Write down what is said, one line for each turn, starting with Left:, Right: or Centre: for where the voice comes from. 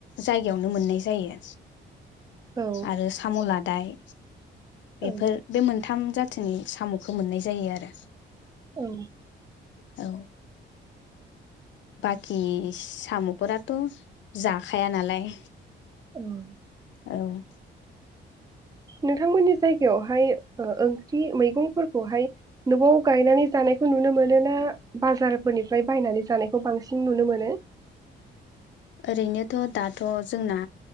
Left: जायगायावनो मोननाय जायो
Right: औ
Left: आरो साम'ला दाय
Right: औ
Left: बेफोर बे मोन थाम जाथिनि साम'खौ मोननाय जायो आरो
Right: औ
Left: औ बाखि साम'फोराथ' जाखाया नालाय
Right: औ
Left: औ
Right: नोंथांमोननि जायगायावहाय ओ ओंख्रि मैगंफोरखौहाय न'आव गायनानै जानायखौ नुनो मोनो ना बाजारफोरनिफ्राय बायनानै जानायखौ बांसिन नुनो मोनो
Left: ओरैनोथ' दाथ' जोंना